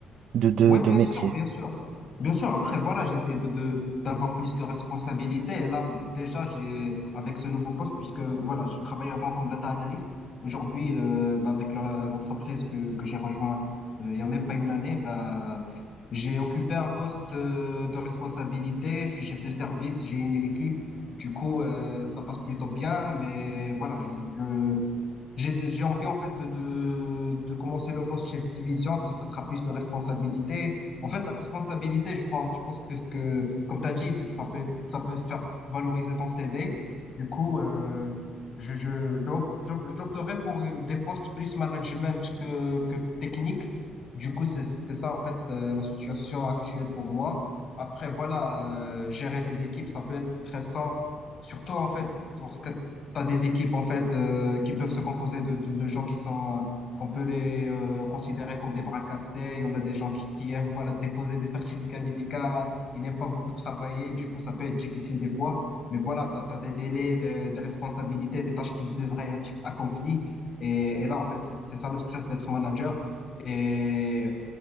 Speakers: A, on the right; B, on the left.
A: de, de,
B: Oui,
A: de
B: bien
A: métier.
B: sûr, bien sûr. Bien sûr, après, voilà, j'essaie de, de, d'avoir plus de responsabilités. Et là, déjà, j'ai, avec ce nouveau poste, puisque, voilà, je travaillais avant comme data analyst. Aujourd'hui, euh, bah, avec la- l'entreprise que, que j'ai rejoint, euh, il y a même pas une année, bah, j'ai occupé un poste, euh, de responsabilité. Je suis chef de service, j'ai une équipe. Du coup, euh, ça passe plutôt bien, mais voilà, je, J'ai j'ai envie en fait de, de, de commencer le poste chef de division, ça, ça sera plus de responsabilité. En fait, la responsabilité, je prends, je pense que, que comme tu as dit, c'est- ça peut être- ça peut faire valoriser ton CV. Du coup, euh, je, je, j'op- j'op- j'opterais pour des postes plus management que, que technique. Du coup, c'est, c'est ça en fait euh, la situation actuelle pour moi. Après, voilà, euh, gérer des équipes, ça peut être stressant, surtout en fait lorsque t'as des équipes en fait euh, qui peuvent se composer de, de, de gens qui sont euh, qu'on peut les euh, considérer comme des bras cassés. Il y en a des gens qui, qui aiment voilà déposer des certificats médicaux, ils n'aiment pas beaucoup travailler, du coup ça peut être difficile des fois. Mais voilà, t'as, t'as des délais, des, des responsabilités, des tâches qui devraient être accomplies. Et, et là en fait c'est c'est ça le stress d'être manager. Et